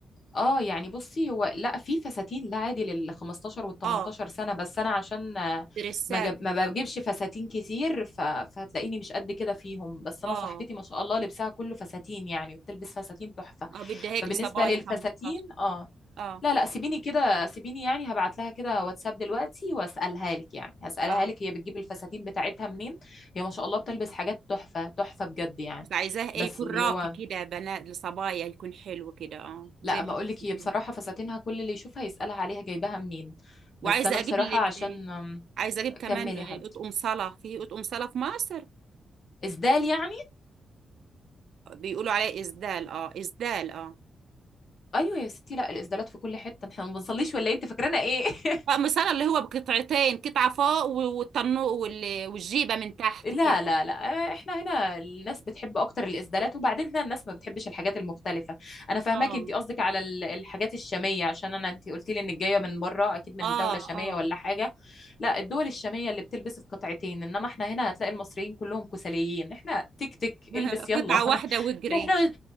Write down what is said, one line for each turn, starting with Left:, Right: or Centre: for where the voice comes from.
Left: اه يعني بصي هو لا في فساتين لا عادي لل 15 وال 18
Right: اه
Left: سنة بس انا عشان آه،
Right: درسات
Left: ما جب... ما بجيبش فساتين كتير ف... فهتلاقيني مش قد كده فيهم بس انا
Right: اه
Left: صاحبتي ما شاء الله لبسها كله فساتين يعني وبتلبس فساتين تحفة
Right: اه بدي هيك
Left: فبالنسبة
Right: لصبايا
Left: للفساتين
Right: 15
Left: اه
Right: اه
Left: لا لا سيبيني كده سيبيني يعني هبعت لها كده واتساب دلوقتي واسالها لك يعني هسالها
Right: اه
Left: لك هي بتجيب الفساتين بتاعتها منين هي ما شاء الله بتلبس حاجات تحفه تحفه بجد يعني
Right: بس عايزاه ايه
Left: بس
Right: يكون
Left: اللي
Right: راقي
Left: هو
Right: كده بنات لصبايا يكون حلو كده اه زي
Left: لا
Right: ما
Left: ما
Right: انت
Left: اقول لك
Right: بتقولي.
Left: هي بصراحه فساتينها كل اللي يشوفها يسالها عليها جايباها منين
Right: وعايزه
Left: بس انا بصراحه
Right: اجيب لي
Left: عشان أم،
Right: عايزه اجيب كمان
Left: كمل يا حبيبتي
Right: اطقم صلاه في اطقم صلاه في مصر
Left: اسدال يعني
Right: بيقولوا عليه إسدال اه إسدال اه
Left: ايوه يا ستي لا الاسدالات في كل حته <laughs> احنا ما بنصليش ولا إيه؟ انت فاكرانا ايه <laughs>
Right: طقم صلى اللي هو بقطعتين قطعة فوق و- والطنو وال- والجيبة من تحت
Left: لا
Right: كده
Left: لا لا آه، احنا هنا الناس بتحب اكتر الاسدالات وبعدين هنا الناس ما بتحبش الحاجات المختلفه انا فاهماكي
Right: اه
Left: انت قصدك على ال- الحاجات الشاميه عشان انا انت قلت لي انك جايه من بره اكيد من
Right: اه
Left: دوله شاميه
Right: اه
Left: ولا حاجه لا الدول الشاميه اللي بتلبس القطعتين انما احنا هنا هتلاقي المصريين كلهم كسليين احنا تك تك
Right: <laughs>
Left: البس يلا
Right: قطعة
Left: <laughs> احنا
Right: واحدة واجري
Left: احنا